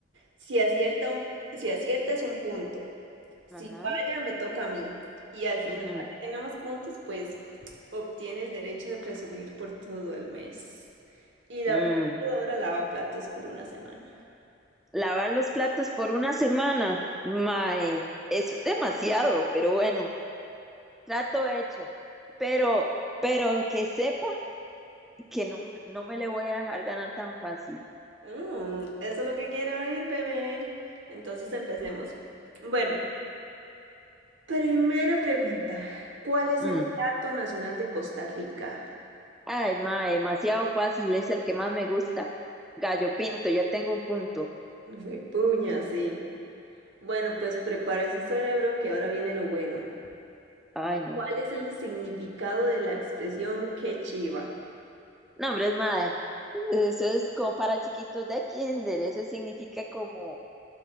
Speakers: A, on the right; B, in the centre.
A: Si acierta, un- si acierta es un punto. Si
B: Ajá.
A: falla, me toca a mí. Y al final,
B: ujú.
A: al que tenga más puntos, pues obtiene el derecho de presumir por todo el mes. Y la
B: Mm,
A: perdedora lava platos por una semana.
B: lavar los platos por una semana. Mae, eso es demasiado, pero bueno, trato hecho. Pero, pero que sepa. que no, no me le voy a dejar ganar tan fácil.
A: Mm, eso es lo que quiero oír, bebé. Entonces empecemos. Bueno, primera pregunta. ¿Cuál es
B: Mm.
A: el plato nacional de Costa Rica?
B: Ay, ma, demasiado fácil, es el que más me gusta. Gallo Pinto, ya tengo un punto.
A: Fue puña, sí. Bueno, pues prepare su cerebro que ahora viene lo bueno.
B: Ay, no.
A: ¿Cuál es el significado de la expresión qué chiva?
B: No, hombre, es madre. Eso es como para chiquitos de kinder. Eso significa como,